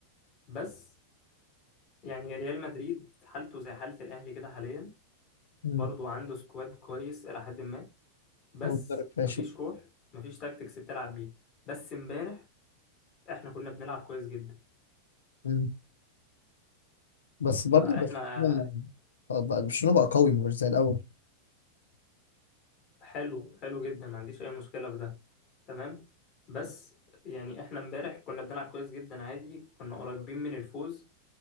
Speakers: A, on the left; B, on the left.
A: بس يعني ريال مدريد حالته زي حالة الاهلي كده حاليا
B: مم.
A: برضه عنده سكواد كويس الى حد ما بس
B: هو مدرب فاشل
A: مفيش روح مفيش تاكتكس بتلعب بيه بس امبارح احنا كنا بنلعب كويس جدا
B: مم. بس برضه
A: فاحنا
B: برشلونه آه، بقى- برشلونه بقى قوي مش زي الاول
A: حلو حلو جدا ما عنديش اي مشكلة في ده تمام بس يعني احنا امبارح كنا بنلعب كويس جدا عادي كنا قريبين من الفوز